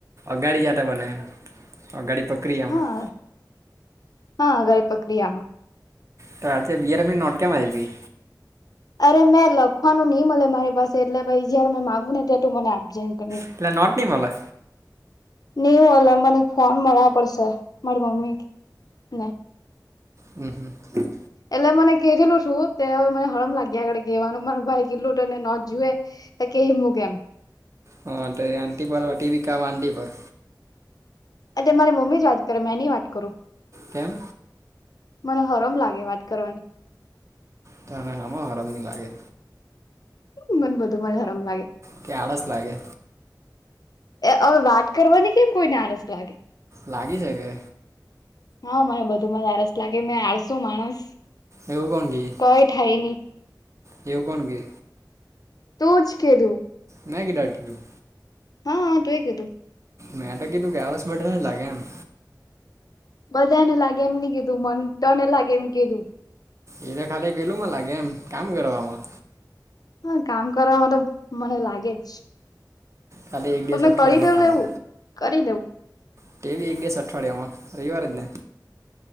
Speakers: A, on the right; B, on the left.
A: અગાડી જતા બને એમ અગાડી પક્રિયામાં.
B: હા હા અગાડી પક્રિયામાં
A: તો આજે બીઆરફ ની નોટ કેમ આયપી.
B: અરે મેં લખવાનું નઈ મળે મારી પાસે એટલે પછી જયારે મેં માગુ ને તે તું મને આપજે એમ કર ને.
A: એટલે નોટ ની મલે
B: નિ‌ મલે મને ફોન મળવા પડશે મારી મમ્મી ને
A: હમ હમ
B: એટલે મને કધેલું છું તે હવે મને હરમ લાગ્યા કરે કેવાનું મારે ભાઈ કેટલું હતને નોટ જુએ એ કહી મુુંકેમ
A: હા તો આંટી પર હોટી બી કામ આંટી પર.
B: અ તે મારી મમ્મી જ વાત કરે મે ની વાત કરું.
A: કેમ
B: મને હરમ લાગે વાત કરવાની.
A: તને હામાં હરમ ની લાગે.
B: મને બધું માજ હરમ લાગે
A: કે આળસ લાગે
B: હવે વાત કરવાની કેમ કોઈને આળસ લાગે
A: લાગી છેકે
B: હા મને બધું માં આારસ લાગે મેં આડશું માણસ
A: એવું કોણ કે
B: કઈ થાય નહી
A: એવું કોણ કે
B: તોજ કેધું
A: મે કે ડાક્ટર તું
B: હા હા તે એ કીધું
A: મેં તો કીધું ગયા વસ મટ લાગે એમ
B: બધાને લાગે એમ નની કીધું મન તને લાગે એમને કીધું
A: એ તો ખાલી પેલું માં લાગે એમ કામ કરવામાં
B: હા કામ કરવામાં તો મને લાગે જ
A: કાલે એક
B: પણ
A: દિવસ
B: મેં
A: અઠવાડિયામાં
B: કરી દઉ
A: કામ
B: લેવું
A: કરો
B: કરી લેવું
A: ટેવી એક બેસ અઠવાડિયામાં રવિવાર જ ને